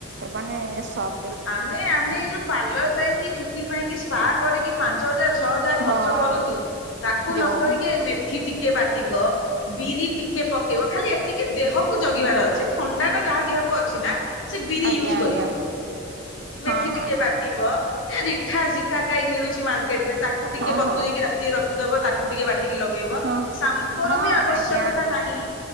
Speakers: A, on the right; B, on the left.
A: ମାନେ ସବ
B: ଆମେ ଆମେ ଏଇ ଯୋଉ ପାାର୍ଲର ଯାଇଁକି ଚୁଟି ପାଇଁକି ସ୍ପା କରିକି ପାନ୍ ପାଞ୍ଚ ହଜାର ଛଅ ହଜାର ଖର୍ଚ୍ଚ
A: ହଁ
B: କରୁଚେ ତାକୁ
A: ଯୋଉ
B: ନକରିକି ଏ ମେଥି ଟିକେ ବାଟିବ ବିରି ଟିକେ ପକେଇବ ଖାଲି ଏତିକି ଦେହକୁ ଜଗିବାର ଅଛି ଥଣ୍ଡାଟା ଯାହା ଦେହକୁ ଅ ଛି ନା ସେ ବିରି
A: ଆଜ୍ଞା
B: ୟୁଜ୍ କରିବନି।
A: ଆଜ୍ଞା
B: ମେଥି
A: ହଁ
B: ଟିକେ
A: ହଁ
B: ବାଟିବ ଏ ରିଠା ଶିକା କାଇ ମିଳୁଛି ମାର୍କେଟ ତାକୁ ଟିକେ
A: ହଁ
B: ବତୁରେଇକି
A: ହଁ
B: ରାତିରେ ରଖିଦବ। <inaudible> କୁ ଟିକେ ବାଟିକି ଲଗେଇବ
A: ହଁ
B: ସାମ୍ପ
A: ହଁ
B: ର ବି ଆବଶ୍ୟକତା
A: ଆଜ୍ଞା
B: ନାହିଁ।